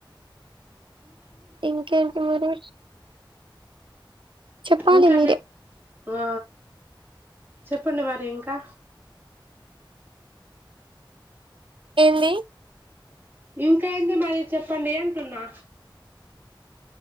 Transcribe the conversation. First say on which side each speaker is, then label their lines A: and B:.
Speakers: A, on the right; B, on the right.
A: ఇంకాంటి మరి చెప్పాలి
B: ఇంకా
A: మీరే
B: చె ఆ చెప్పండి మరి ఇంకా
A: హిందీ
B: ఇంకేంటి మరి చెప్పండి అంటున్నా